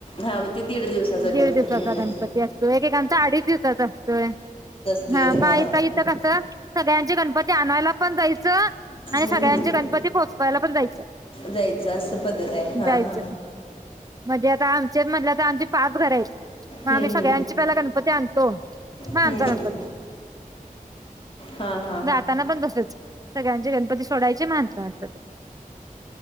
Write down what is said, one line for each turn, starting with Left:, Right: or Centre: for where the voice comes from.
Left: हा मग ते दीड दिवसाचा
Right: दीड
Left: गणपती
Right: दिवसाचा
Left: म्हणे
Right: गणपती असतो एकेकांचा अडीच दिवसाचा असतोय.
Left: ते
Right: हा
Left: हां.
Right: मग इथं कसं सगळ्यांचे गणपती आणायला पण जायचं.
Left: हम्म
Right: आणि सगळ्यांचे
Left: हम्म
Right: गणपती पोहचवायला पण जायचं.
Left: जायचं असं पद्धत आहे हा
Right: जायचं
Left: हा
Right: म्हणजे आता आमचे म्हणलं आता आमची पाच घर आहेत. मग
Left: हम्म
Right: आम्ही सगळ्यांची पहिला गणपती आणतो. म आमचा
Left: हम्म हम्म
Right: गणपती.
Left: हा हा
Right: जा ताना पण तसंच. सगळ्यांचे गणपती सोडायचे म आमचा गणपती